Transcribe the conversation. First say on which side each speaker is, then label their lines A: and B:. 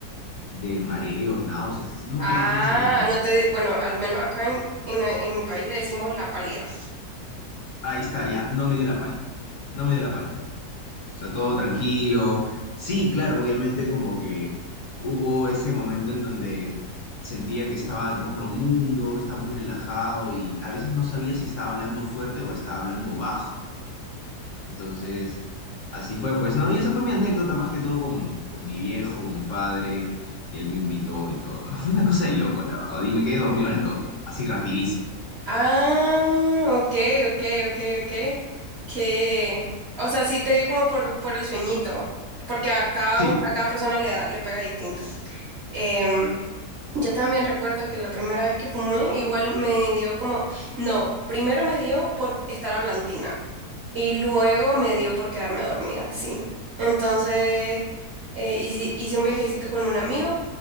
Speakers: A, on the left (about 60°); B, on the right (about 55°).
A: de mareos, náuseas, así, no me
B: Ah,
A: acuerdo cómo se llama. ahí.
B: no te, bueno, al menos acá en, en, en mi país le decimos la pálida.
A: está, ya, no me dio la pálida, no me dio la pálida. O sea, todo tranquilo. Sí, claro, obviamente como que hubo ese momento en donde sentía que estaba en otro mundo, estaba muy relajado y a veces no sabía si estaba hablando fuerte o estaba hablando bajo. Entonces, así fue, pues, ¿no? Y esa fue mi anécdota más que todo con, con mi viejo, con mi padre, que, que él me invitó y todo, ¿no? <laughs> Fue una cosa de locos, la verdad. Y me quedé dormido al toque, así rapidísimo.
B: Ah, ok, ok, ok, ok. Que, o sea, sí te dio como por, por el sueñito, porque a cada,
A: Sí,
B: u- a cada persona le da, le pega distinto. Em, Yo también recuerdo que la primera vez que fumé, igual me dio como, no, primero me dio por estar hablantina y luego me dio por quedarme dormida, sí. Entonces, eh, hice, hice un viajecito con un amigo,